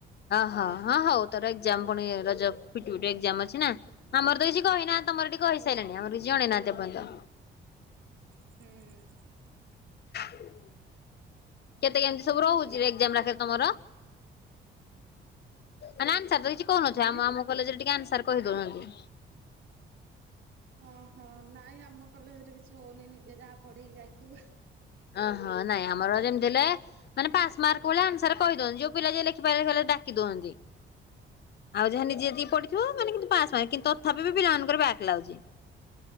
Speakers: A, on the left; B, on the right.
A: ଅହ ହଁ ହଉ ତୋର ଏକ୍ଜାମ ପୁଣି ରଜ ଫିଟୁ ଫିଟୁ ଏକ୍ଜାମ ଅଛି ନା? ଆମର ତ କିଛି କହିନାହାନ୍ତି ତମର ସେଠି କହି ସାହିଲେଣି, ଆମର କିଛି ଜଣେଇନାହାନ୍ତି ଏପର୍ଯ୍ଯନ୍ତ।
B: ହୁଁ।
A: କେତେ କେମିତି ସବୁ ରହୁଛିରେ ଏକ୍ଜାମ <unintelligible> ତମର? ମାନେ ଆନ୍ସର ତ କିଛି କହୁନଥିବେ
B: ମାନେ?
A: ଆମ ଆମ କଲେଜରେ ଟିକେ ଆନ୍ସାର କହି ଦଉଛନ୍ତି।
B: ହଁ ହଁ ନାଇଁ ଆମ କଲେଜରେ କିଛି ହଉନି ନିଜେ ଯାହା ପଢିକି ଯାଇଥିବୁ।
A: ଅହଁ ନାଇଁ ଆମର ଯେମିତି ହେଲେ ମାନେ ପାସ୍ ମାର୍କ ଭଳିଆ ଆନ୍ସର କହି ଦଉଛନ୍ତି ଯୋଉ ପିଲା ଯିଏ ଲେଖି ପାରିଲା ପାରିଲାନି ଡ଼ାକି ଦଉଛନ୍ତି। ଆଉ ଯାହା ନିଜେ ଯେତିକି ପଢ଼ିଥିବ ମାନେ କିନ୍ତୁ ପାସ୍ ମାର୍କ କିନ୍ତୁ ତଥାପି ବି ପିଲାମାନଙ୍କର ବ୍ୟାକ୍ ଲାଗୁଛି।